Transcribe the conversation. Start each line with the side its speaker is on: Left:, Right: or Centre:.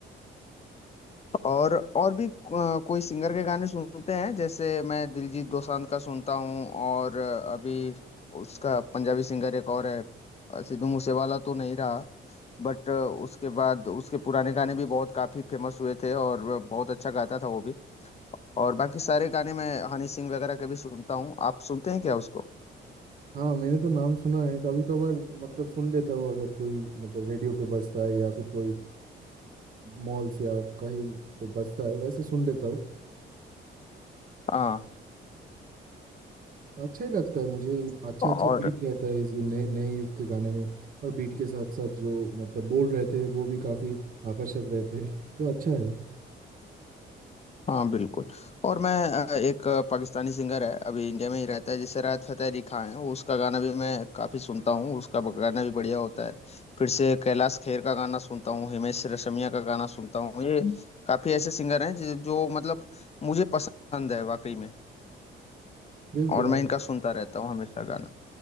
Left: और और भी अ, कोई सिंगर के गाने सुनते हैं जैसे मैं दिलजीत दोसांझ का सुनता हूँ और अ, अभी उसका पंजाबी सिंगर एक और है अ, सिद्धू मूसेवाला तो नहीं रहा बट उसके बाद उसके पुराने गाने भी बहुत काफी फेमस हुए थे और वह बहुत अच्छा गाता था वो भी और बाकी सारे गाने मैं हनी सिंह वगैरह के भी सुनता हूँ आप सुनते हैं क्या उसको
Right: हाँ मैंने तो नाम सुना है कभी कभार मतलब सुन लेता हूँ अगर कोई मतलब रेडियो पे बजता है या फिर कोई मॉल से या कहीं पे बजता है वैसे सुन लेता हूँ
Left: हाँ
Right: अच्छा ही लगता है मुझे अच्छा
Left: और
Right: अच्छा बीट रहता है इस नए नए युग के गाने में और बीट के साथ साथ जो मतलब बोल रहते हैं वो भी काफी आकर्षक रहते हैं तो अच्छा है
Left: हाँ बिल्कुल और मैं अ, एक अ, पाकिस्तानी सिंगर है अभी इंडिया में ही रहता है जिसे राहत फतेह अली खान है वो उसका गाना भी मैं काफी सुनता हूँ उसका गाना भी बढ़िया होता है फिर से कैलाश खेर का गाना सुनता हूँ हिमेश रेशमिया का गाना सुनता हूँ ये काफी ऐसे सिंगर हैं जो जो मतलब मुझे पसंद है वाकई में
Right: बिल्कुल
Left: और
Right: आप
Left: मैं इनका सुनता रहता हूँ हमेशा गाना